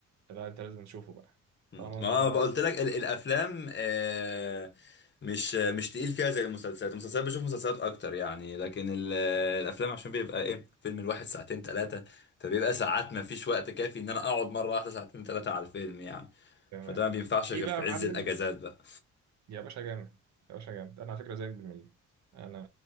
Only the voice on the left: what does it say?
مم.
ما
قلت لك ال- الافلام آه، مش مش تقيل فيها زي المسلسلات المسلسلات بشوف مسلسلات اكتر يعني لكن ال- الافلام عشان بيبقى ايه فيلم الواحد ساعتين ثلاثة فبيبقى ساعات ما فيش وقت كافي ان انا اقعد مرة واحدة ساعتين ثلاثة على الفيلم يعني
فده ما بينفعش
غير
في
عز
الاجازات بقى